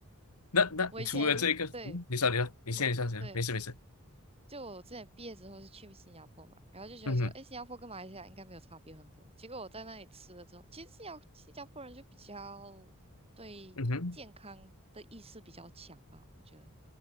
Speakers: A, on the left; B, on the right.
A: 那那除了这个，
B: 我以前对
A: 嗯，你说你说，你先你说先，
B: 我对
A: 没事没事，
B: 就我之前毕业之后是去新加坡嘛，然后就觉得说，
A: 嗯哼
B: 哎，新加坡跟马来西亚应该没有差别很多。结果我在那里吃了之后，其实新加新加坡人就比较对健康的意识比较强吧，
A: 嗯哼
B: 我觉得，